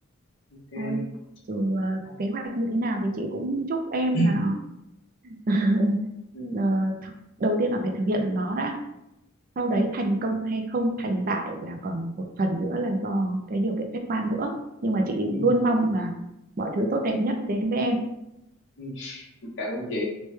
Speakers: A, on the left (about 60°); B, on the right (about 40°).
A: ok
B: thôi dù ờ,
A: <coughs>
B: kế hoạch như thế nào thì chị cũng chúc em
A: <clears throat>
B: là <laughs>
A: ừ.
B: ờ, đầu tiên là phải thực hiện được nó đã sau
A: Ừ.
B: đấy thành công hay không thành bại là còn một phần nữa là do cái điều kiện khách quan nữa nhưng mà chị
A: Ừ.
B: luôn mong là mọi thứ tốt đẹp nhất đến với em
A: Ừ. cảm ơn chị